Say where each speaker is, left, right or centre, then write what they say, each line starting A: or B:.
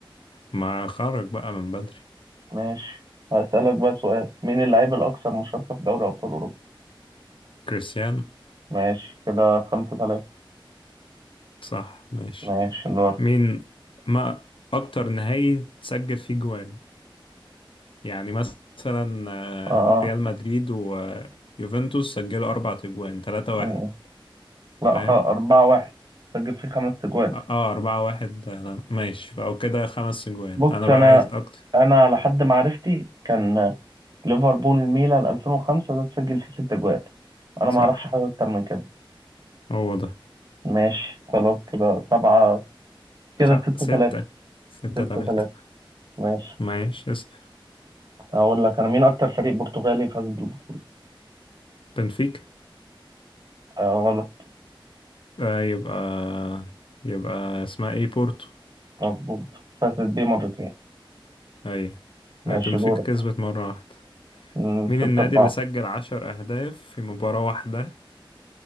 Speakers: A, on the left (about 70°); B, on the right (about 50°).
A: ما خرج بقى من بدري
B: ماشي هسألك بقى سؤال مين اللاعب الأكثر مشاركة في دوري أبطال أوروبا
A: كريستيانو
B: ماشي كده خمسة ثلاثة
A: صح ماشي
B: ماشي دور
A: مين ما اكتر نهائي تسجل فيه جوان يعني مثلا آه،
B: آه
A: ريال مدريد ويوفنتوس سجلوا اربع اجوان تلاتة واحد
B: آه لا
A: فاهم
B: خ... أربعة واحد سجل فيه خمس تجوان
A: اه آه، اربعة واحد آه، ماشي فأو كده خمس اجوان
B: بص
A: انا
B: انا
A: بقى عايز اكتر
B: انا على حد معرفتي كان ليفربول ميلان 2005 ده تسجل فيه ست اجوال انا
A: صح
B: ما اعرفش حاجه اكتر من كده
A: هو ده
B: ماشي خلاص كده سبعة كده
A: خ...
B: ستة
A: ستة
B: تلاتة
A: ستة
B: ستة
A: تلاتة
B: تلاتة ماشي
A: ماشي اسم
B: هقول لك انا مين اكتر فريق برتغالي فاز بالبطوله
A: بنفيكا
B: آه غلط
A: آه يبقى يبقى اسمها ايه بورتو
B: مظبوط فازت بيه مرتين
A: اي
B: ماشي
A: آه بنفيكا
B: دورك
A: كسبت مرة واحدة
B: مم،
A: مين
B: ستة
A: النادي
B: أربعة
A: اللي سجل عشر أهداف في مباراة واحدة